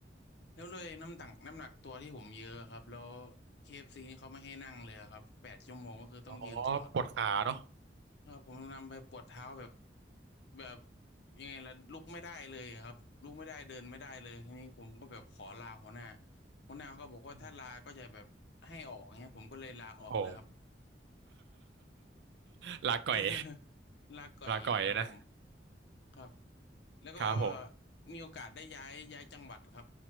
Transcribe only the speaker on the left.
แล้วเลยน้ำตักน้ำหนักตัวที่ผมเยอะครับแล้วเคเอฟ f c นี่เขาไม่ให้นั่งเลยครับแปดชั่วโมงก็คือต้องยืนตลอด
ครับผมนำไปปวดเท้าแบบแบบยังไงล่ะลุกไม่ได้เลยครับลุกไม่ได้เดินไม่ได้เลยทีนี้ผมก็แบบขอลาหัวหน้าหัวหน้าเขาก็บอกว่าถ้าลาก็จะแบบให้ออกเงี้ยผมก็เลยลาออกเลยครับ
<laughs> ลาก่อยเลยครับผม
ครับแล้วก็
มีโอกาสได้ย้ายย้ายจังหวัดครับ